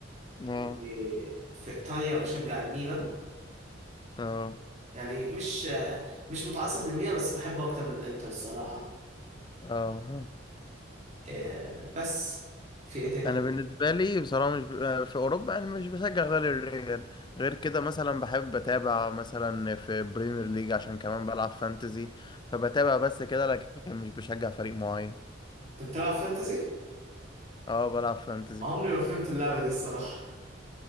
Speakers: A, on the left; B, on the right.
A: اه
B: إيه، في ايطاليا بشجع الميلان
A: اه
B: يعني مش آه، مش متعصب للميلان بس بحبه اكتر من الانتر الصراحه
A: اه فاهم.
B: إيه، بس في ايه تاني
A: انا بالنسبه لي بصراحه مش ب... آه، في اوروبا انا مش بشجع غير الريال غير كده مثلا بحب اتابع مثلا في بريمير ليج عشان كمان بلعب فانتزي فبتابع بس كده لكن مش بشجع فريق معين
B: انت بتلعب فانتزي
A: اه بلعب فانتزي
B: عمري ما فهمت اللعبه دي الصراحه